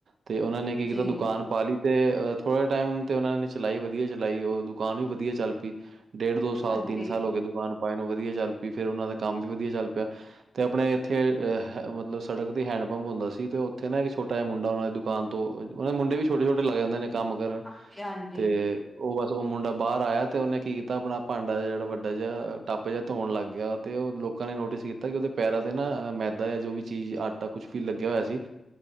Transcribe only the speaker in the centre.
ਜੀ,
ਹਾਂਜੀ।
ਹਾਂਜੀ-ਹਾਂਜੀ, ਹਾਂਜੀ-ਹਾਂਜੀ,